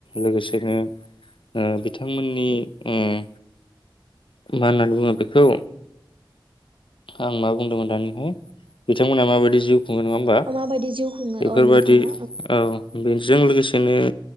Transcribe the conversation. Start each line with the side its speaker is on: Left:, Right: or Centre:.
Left: लोगोसेनो ओ बिथांमोननि उम मा होननानै बुङो बेखौ आं मा बुंदोंमोन दानिहाय बिथांमोना माबायदि जिउ खुङो नङा होमबा
Right: माबायदि जिउ खुङो
Left: बेफोरबादि
Right: औ नोंथाङा
Left: औ बे जों लोगोसेनो